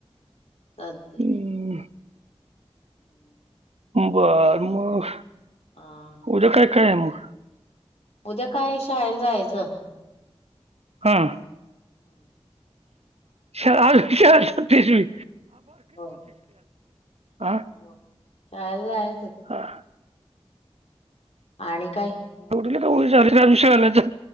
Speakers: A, on the left; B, on the right.
A: चालते
B: हम्म.
A: की. हम्मं.
B: बरं मंग
A: हां
B: उद्यां कायं कायं आहे मगं.
A: उद्यां कायं आहे शाळेलां जायचं.
B: हां
A: होमं
B: शं सतेसी.
A: हो
B: हा
A: हो शाळेला जायांच.
B: हा
A: आणि कायं?
B: चार चार दिवसं आल्याचं.